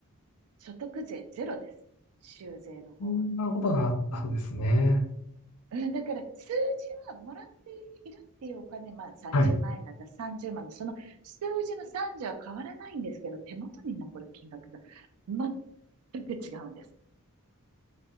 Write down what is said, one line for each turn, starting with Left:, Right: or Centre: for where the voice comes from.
Right: 所得税ゼロです。州税の方は。
Left: そんなことがあったんですね。
Right: うん、だから数字はもらっているっていうお金、まあ30万円だったら30万の、
Left: はい。
Right: その数字の30は変わらないんですけど、手元に残る金額が全く違うんです。